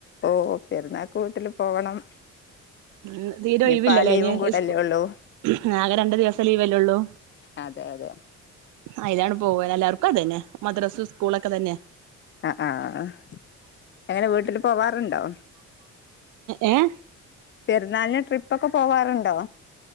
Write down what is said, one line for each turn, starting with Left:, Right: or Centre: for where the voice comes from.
Left: ഓഹ് പെരുന്നാക്ക് വീട്ടില് പോവണം
Right: ഉം തീരെ
Left: ഇനിയിപ്പ
Right: ഒയ് വ് ല്ലല്ലേ
Left: ആ ലീവും
Right: ഇനി
Left: കൂടല്ലേ
Right: ഇസ്‌കൂ
Left: ഉള്ളൂ
Right: ആകെ രണ്ടു ദിവസം ലീവല്ലേള്ളൂ
Left: അതെ അതെ
Right: അയിലാണ് പോവന്നെ എല്ലാർക്കും അത് തന്നെ മദ്രസ് സ്കൂളൊക്കെ തന്നെ
Left: അഹ് ആഹ് എങ്ങനെ വീട്ടിൽ പോവാറ്ണ്ടോ
Right: ഏഹ്
Left: പെരുന്നാളിന് ട്രിപ്പ് ഒക്കെ പോവാറുണ്ടോ